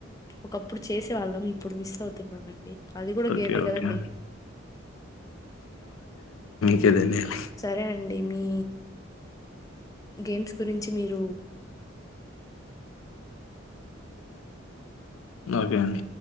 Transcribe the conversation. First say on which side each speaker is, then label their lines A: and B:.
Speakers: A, on the left; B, on the left.
A: ఒకప్పుడు చేసేవాళ్ళం ఇప్పుడు మిస్ అవుతున్నానండి అది కూడా
B: ఓకే
A: గేమే
B: ఓకే
A: కదండి
B: <unintelligible>
A: సరే అండి మీ గేమ్స్ గురించి
B: ఓకే అండి